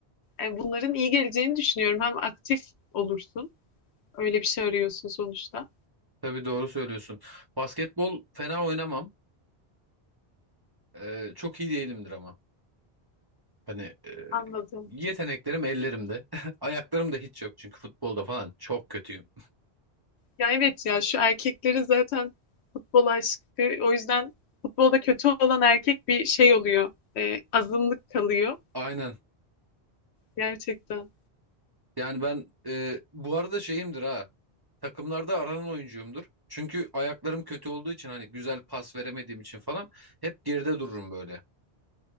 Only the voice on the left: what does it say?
e, bunların iyi geleceğini düşünüyorum. Hem aktif olursun, öyle bir şey arıyorsun sonuçta.
Anladım.
Ya evet ya şu erkekleri zaten futbol aşkı o yüzden futbolda kötü olan erkek bir şey oluyor. E, azınlık kalıyor
gerçekten.